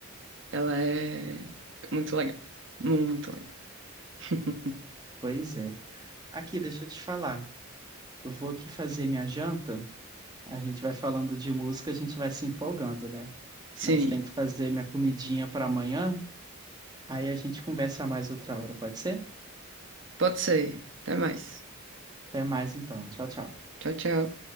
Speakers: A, on the right; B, on the right.
A: Ela é muito legal. Muito legal. <laughs>
B: Pois é. Aqui, deixa eu te falar. Eu vou aqui fazer minha janta. A gente vai falando de música, a gente vai se empolgando, né?
A: Sim,
B: Mas tem que fazer minha comidinha para amanhã. Aí a gente conversa mais outra hora, pode ser?
A: pode ser. Até mais.
B: Até mais então. Tchau, tchau.
A: Tchau, tchau.